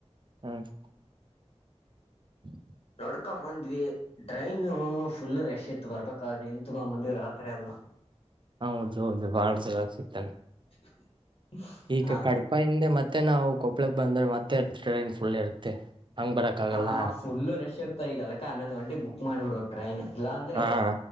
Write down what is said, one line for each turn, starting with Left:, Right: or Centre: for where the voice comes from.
Right: ಹ್ಮ್. <inaudible>
Left: ಹೊಡ್ಕೊಂಬಂದ್ವಿ ಟ್ರೈನು ಫುಲ್ ರಶ್ ಇತ್ತು ಬರ್ಬೇಕಾದ್ರೆ ನಿತ್ಕೊಂಬಂದ್ವಿ ರಾತ್ರಿ ಎಲ್ಲ.
Right: ಹೌದು ಹೌದು ಬಾಳ ಸರ ಸಿಗ್ತಾನೆ.
Left: <inaudible>
Right: ಈಗ
Left: ಹಾ
Right: ಕಡಪ ಹಿಂದೆ ಮತ್ತೆ ನಾವು ಕೊಪ್ಪಳಕ್ ಬಂದ್ರೆ ಮತ್ತೆ ಟ್ರೈನ್ ಫುಲ್ ಇರ್ತೆ. ಹಂಗ್ಬರಕ್ಕಾಗಲ್ಲ
Left: ಹಾ ಫುಲ್ ರಶ್ ಇರ್ತ ಈಗ ಅದಕ್ಕೆ ಹನ್ನೊಂದ್ ಗಂಟೆಕ ಬುಕ್ ಮಾಡಿಬಿಡ್ಬೇಕ್ ಟ್ರೈನ್ ಇಲ್ಲ ಅಂದ್ರೆ.
Right: ಹಾ